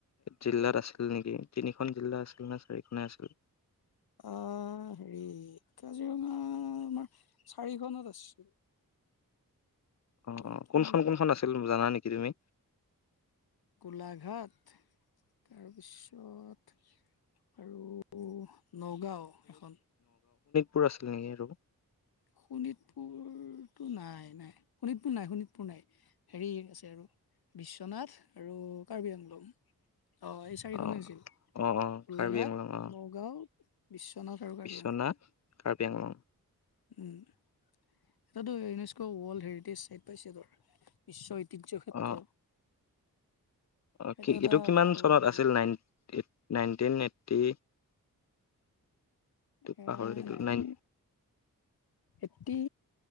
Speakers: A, on the left; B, on the left.
A: জিলাত আছিল নেকি তিনিখন জিলা আছিল নে চাৰিখনে আছিল।
B: অ'। হেৰি কাজিৰঙা আমাৰ চাৰিখনত আছিল। হেৰি
A: অ,
B: কি
A: কোনখন, কোনখন আছিল জানা নেকি তুমি।
B: গোলাঘাট। তাৰপিছত আৰু নগাঁও এখন।
A: পুৰ আছিলে নেকি আৰু?
B: শোণিতপুৰতো নাই নাই শোণিতপুৰ নাই শোণিতপুৰ নাই হেৰি আছে আৰু। বিশ্বনাথ আৰু কাৰ্বি আংলং। অ', ই চাৰিখনে
A: অ
B: আছিল গোলাঘাট
A: অ অ কাৰ্বি আংলং অ
B: নগাঁও বিশ্ব
A: বিশ্বনাথ
B: <inaudible>
A: কাৰ্বি আংলং।
B: উম, এতিয়া ৎটো ইউনেস্ক ৱৰ্ল্ড হেৰিটেজ চাইট পাইছেতো। বিশ্ব ঐতিহ্য ক্ষেত্ৰ।
A: অ অ',
B: সেইটো
A: কি
B: এটা
A: এইটো কিমান
B: ভাল
A: চনত
B: হেৰি
A: আছিল নাইন নাইনটিন এইটটি
B: উম,
A: পাহৰি থাকিলো
B: নাইনটি
A: নাইন
B: এইটি